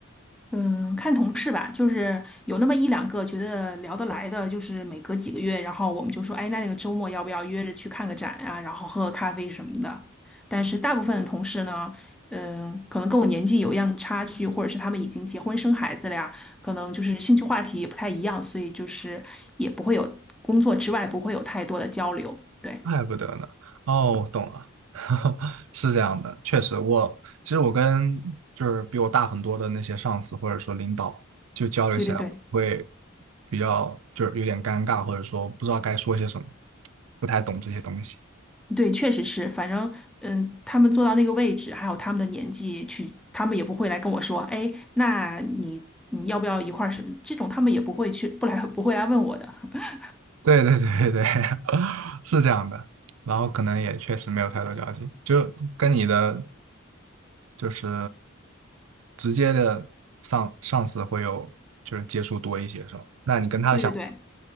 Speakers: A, in the centre; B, on the right.
A: 嗯，看同事吧，就是有那么一两个觉得聊得来的，就是每隔几个月，然后我们就说，哎，那那个周末要不要约着去看个展啊，然后喝个咖啡什么的。但是大部分的同事呢，嗯，可能跟我年纪有一样差距，或者是他们已经结婚生孩子了呀，可能就是兴趣话题也不太一样，所以就是也不会有工作之外不会有太多的交流。对，
B: 怪不得呢。哦，我懂了，<laughs> 是这样的，确实我其实我跟就是比我大很多的那些上司或者说领导就交流起来会
A: 对对对。
B: 比较就是有点尴尬，或者说不知道该说些什么，不太懂这些东西。
A: 对，确实是，反正嗯，他们坐到那个位置，还有他们的年纪去，他们也不会来跟我说，哎，那你你要不要一块儿什么？这种他们也不会去，不来 <laughs> 不会来问我的。<laughs>
B: 对对对对，<laughs> 对，是这样的。然后可能也确实没有太多交集，就跟你的就是直接的上上司会有就是接触多一些，是吧？那你跟他的想法
A: 对对对，